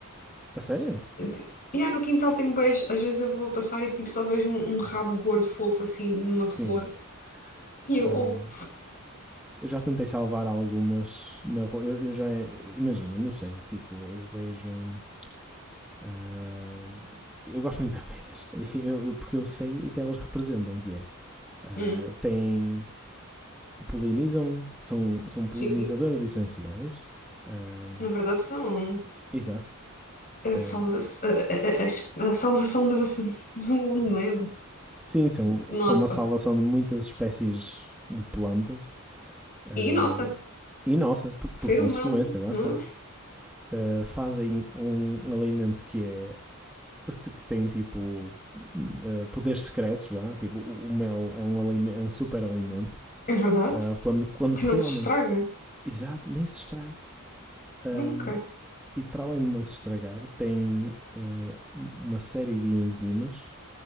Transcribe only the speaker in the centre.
A sério?
Sim.
Ahm,
eu já tentei salvar algumas na rua. Eu, eu já. Imagina, não sei. Tipo, eu vejo. um Ah, eu gosto muito de abelhas, <laughs> eu- porque eu sei o que elas representam, que é, ah,
têm, polinizam, são, são polinizadoras
essenciais, Ah,
exato,
Ah,
sim, são,
são uma salvação de muitas espécies de plantas, Ah,
e nossa, por,
por consequência,
lá
está,
Ah, fazem um alimento que é, que tem tipo, hum, ah, poderes secretos, vá, tipo, o o mel é um, alime- é um super alimento,
Ah, quando, quando
realmente.
Exato, nem se estraga. Ahm,
e para além de não se estragar, tem ah, uma série de enzimas